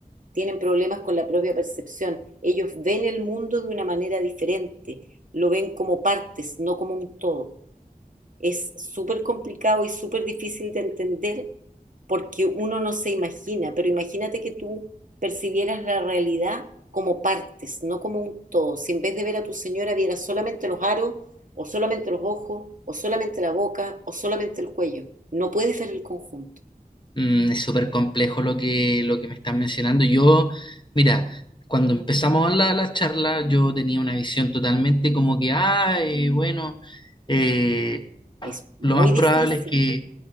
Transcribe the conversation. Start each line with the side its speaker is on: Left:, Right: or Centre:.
Right: tienen problemas con la propia percepción. Ellos ven el mundo de una manera diferente, lo ven como partes, no como un todo. Es súper complicado y súper difícil de entender porque uno no se imagina, pero imagínate que tú percibieras la realidad como partes, no como un todo. Si en vez de ver a tu señora vieras solamente los aros, o solamente los ojos, o solamente la boca, o solamente el cuello, no puedes ver el conjunto.
Left: mm, es súper complejo lo que, lo que me estás mencionando. Yo, mira, cuando empezamos la, la charla, yo tenía una visión totalmente como que, ah, eh, bueno, eh,
Right: Es muy
Left: lo más
Right: difícil.
Left: probable es que